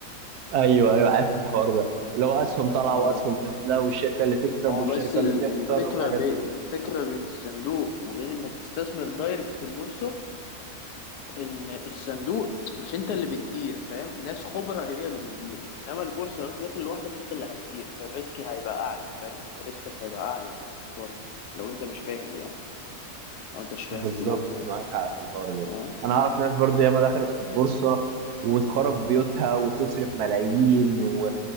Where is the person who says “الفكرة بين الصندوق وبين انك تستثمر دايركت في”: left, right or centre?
Left